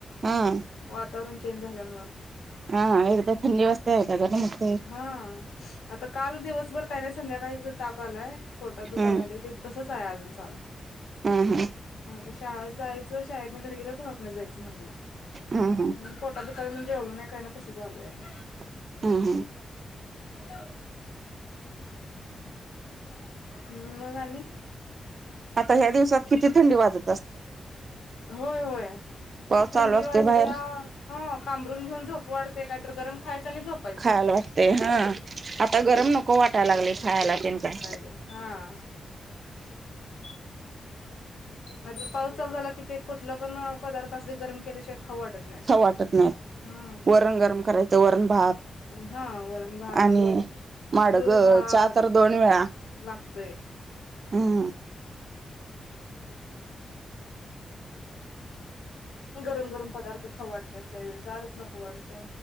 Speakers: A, on the right; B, on the left.
A: हा
B: वातावरण चेंज झाल्यामुळ.
A: हा. एकदा थंडी वाजते. एकदा गरम होत.
B: हां. आता काल दिवसभर काही नाही. संध्याकाळी ताप आलाय. पोटात
A: हम्म
B: दुकाय लागलं ते- तसंच आहे अजून चालू.
A: हं. हं.
B: म आता शाळेत जायचय. शाळेतन घरी गेल तर <unintelligible> जायचं
A: हम्म हम्म
B: <unintelligible> पोटात दुखायल म्हणून जेवलो नाही काय नाही. तसं झालय म.
A: हम्. हम्म.
B: हॅलो. हम्म. मग आणि?
A: आता ह्या दिवसात किती थंडी वाजल?
B: होय.
A: पाऊस
B: थंडी
A: चालू असतोय
B: वाजत्या-
A: बाहेर
B: हं. पांघरूण घेऊन झोपू वाटतंय. काहीतरी गरम खायचं आणि झोपायचं.
A: खायला वाटते हा. आता गरम नको वाटायला लागलय. खायाला ते पण.
B: गरम हां. ह नाहीतर पाऊस चालू झाला कि, ते कुठला पण पदार्थ अस ते गरम केल्याशिवाय खाऊ वाटत नाही.
A: खाऊ वाटत नाही.
B: हम्म
A: वरण गरम करायचं. वरण भात
B: हा वरण भात
A: आणि- माडग.
B: दूध भात
A: चा तर दोन वेळा.
B: लागतोय.
A: हं.
B: गरम गरम पदार्थ खावडते त्यावेळी गारच नको वाडते.